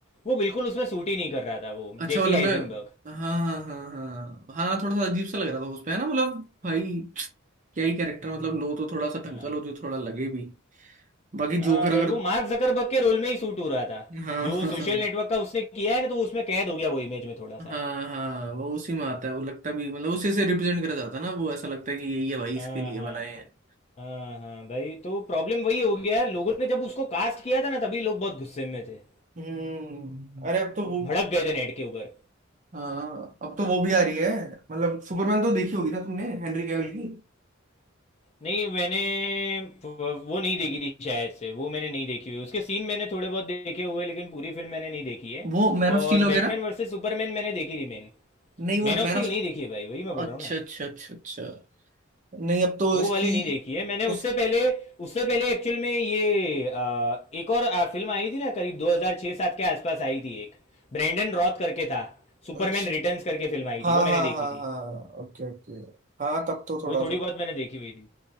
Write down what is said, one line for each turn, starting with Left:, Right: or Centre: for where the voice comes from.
Left: वो बिल्कुल उसमें सूट ही नहीं कर रहा था वो
Right: अच्छा
Left: जैसी
Right: वो लंबे
Left: आइजनबर्ग
Right: हाँ हाँ हाँ हाँ हाँ थोड़ा सा अजीब सा लग रहा था उस पे है ना मतलब भाई क्या ही कैरेक्टर
Left: हम्म,
Right: मतलब लो तो थोड़ा सा टंकल
Left: हाँ
Right: हो जो थोड़ा लगे भी बाकी
Left: हाँ
Right: जोकर
Left: भाई
Right: अगर
Left: वो मार्क जकरबर्ग के रोल में ही सूट हो रहा था
Right: हाँ
Left: जो
Right: हाँ
Left: सोशल नेटवर्क का उसने किया है ना तो वो उसमें कैद हो गया वो इमेज में थोड़ा सा
Right: हाँ हाँ हाँ, वो उसी में आता है वो लगता भी मतलब उसी से रिप्रेजेंट करा जाता है ना वो ऐसा लगता है कि यही है भाई इसके
Left: हाँ
Right: लिए
Left: हाँ
Right: बनाए हैं
Left: हाँ हाँ भाई तो प्रॉब्लम वही हो गया है लोगों ने जब उसको कास्ट किया था ना तभी लोग बहुत गुस्से में थे
Right: हम्म अरे अब तो वो
Left: भड़क गए
Right: वो-
Left: थे नेट के ऊपर
Right: हाँ अब तो वो भी आ रही है मतलब सुपरमैन तो देखी होगी ना तुमने हेनरी कैविल की
Left: नहीं मैंने वो नहीं देखी थी शायद से वो मैंने नहीं देखी हुई उसके सीन मैंने थोड़े बहुत देखे हुए लेकिन पूरी फिल्म मैंने नहीं देखी है
Right: वो मैन ऑफ
Left: और
Right: स्टील वगैरह
Left: बैटमैन वर्सेस सुपरमैन मैंने देखी थी मैन
Right: नहीं वो
Left: मैन ऑफ
Right: मैन
Left: स्टील
Right: ऑफ
Left: नहीं देखी है भाई वही मैं बोल
Right: अच्छा
Left: रहा हूँ ना
Right: अच्छा अच्छा अच्छा नहीं अब तो
Left: वो
Right: इसकी
Left: वाली नहीं देखी है मैंने उससे
Right: इस
Left: पहले उससे पहले एक्चुअल में ये अ, एक और अ, फिल्म आई थी ना करीब 2006-7 के आसपास आई थी एक ब्रैंडन रॉथ करके था सुपरमैन
Right: अच्छा
Left: रिटर्न्स करके फिल्म आई
Right: हाँ
Left: थी वो मैंने
Right: हाँ
Left: देखी
Right: हाँ
Left: थी
Right: हाँ ओके ओके हाँ तब तो थोड़ा
Left: वो थोड़ी
Right: सा
Left: बहुत मैंने देखी हुई थी